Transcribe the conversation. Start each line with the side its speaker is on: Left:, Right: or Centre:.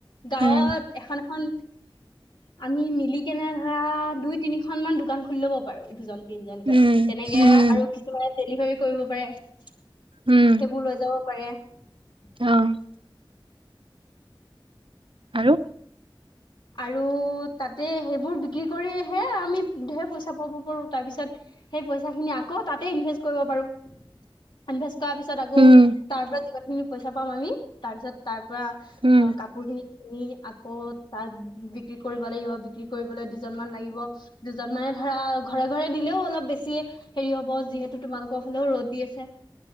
Left: গাঁৱত
Right: উম,
Left: এখন এখন আমি মিলি কেনে ধৰা দুই তিনিখনমান দোকান খুলি ল'ব পাৰোঁ, দুজন তিনিজনকৈ
Right: উম,
Left: তেনেকে
Right: উম,
Left: আৰু কিছুমানে ডেলিভাৰী কৰিব পাৰে সেইবোৰ
Right: উম,
Left: লৈ যাব পাৰে। <unintelligible>
Right: অ', আৰু
Left: আৰু তাতে সেইবোৰ বিক্ৰী কৰিয়েই হেয়ে আমি ঢেৰ পইচা পাব পাৰোঁ তাৰ পিছত সেই পইচাখিনি আকৌ তাতেই ইনভেষ্ট কৰিব পাৰোঁ। ইনভেষ্ট কৰাৰ পিছত আকৌ
Right: উম,
Left: তাৰ পৰা যিমানখিনি পইচা পাওঁ আমি, তাৰ পিছত তাৰ পৰা।
Right: উম,
Left: অ, কাপোৰ খিনি কিনি, আকৌ তাত বিক্ৰী কৰিব লাগিব, বিক্ৰী কৰিবলৈ দুজনমান লাগিব। দুজনমানে ধৰা, ঘৰে-ঘৰে দিলেও অলপ বেছি হ'ব হেৰি হ'ব, যিহেতু তোমাৰ লোকৰ ফালেও ৰ'দ দি আছে।